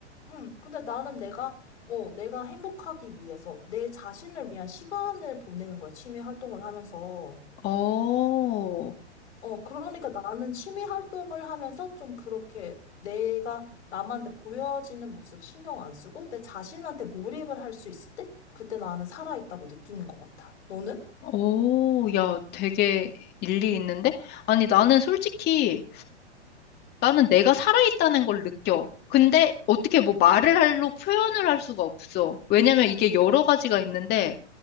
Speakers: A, on the left; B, on the left.
A: 응. 근데 나는 내가, 어, 내가 행복하기 위해서 내 자신을 위한 시간을 보내는 거야. 취미 활동을 하면서.
B: 어,
A: 어, 그러니까 나는 취미 활동을 하면서 좀 그렇게 내가 남한테 보여지는 모습 신경 안 쓰고 내 자신한테 몰입을 할 수 있을 때 그때 나는 살아있다고 느끼는 것 같아. 너는?
B: 오, 야, 되게 일리 있는데? 아니, 나는 솔직히 나는 내가 살아있다는 걸 느껴. 근데 어떻게 뭐 말을 할로 표현을 할 수가 없어. 왜냐면 이게 여러 가지가 있는데